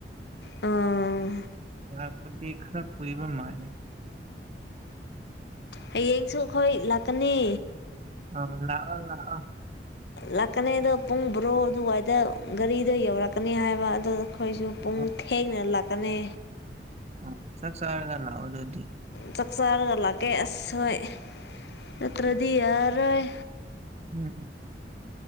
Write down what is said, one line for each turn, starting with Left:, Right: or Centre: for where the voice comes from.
Left: ꯑꯥ
Right: ꯂꯛꯄꯗꯤ ꯈꯔꯥ ꯀꯨꯏꯕ ꯃꯥꯜꯂꯦ
Left: ꯍꯌꯦꯡꯁꯨꯈꯣꯏ ꯂꯥꯛꯀꯅꯤ
Right: ꯑ ꯂꯥꯛꯑꯣ ꯂꯥꯛꯑꯣ
Left: ꯂꯥꯛꯀꯅꯤ ꯑꯗꯣ ꯄꯨꯡ ꯕꯣꯔꯣ ꯑꯗꯨꯋꯥꯏꯗ ꯒꯥꯔꯤꯗꯣ ꯌꯧꯔꯛꯀꯅꯤ ꯍꯥꯏꯕ ꯑꯗꯣ ꯑꯩꯈꯣꯏꯁꯨ ꯄꯨꯡ
Right: ꯑ
Left: ꯊꯦꯡꯅ ꯂꯥꯛꯀꯅꯤ
Right: ꯑ ꯆꯥꯛ ꯆꯔꯒꯥ ꯂꯥꯛ ꯑꯣ ꯑꯗꯨꯗꯤ
Left: ꯆꯥꯛ ꯆꯥꯔꯒ ꯂꯥꯛꯀꯦ ꯑꯁ ꯍꯣꯏ ꯅꯠꯇ꯭ꯔꯗꯤ ꯌꯥꯔꯣꯏ
Right: ꯎꯝ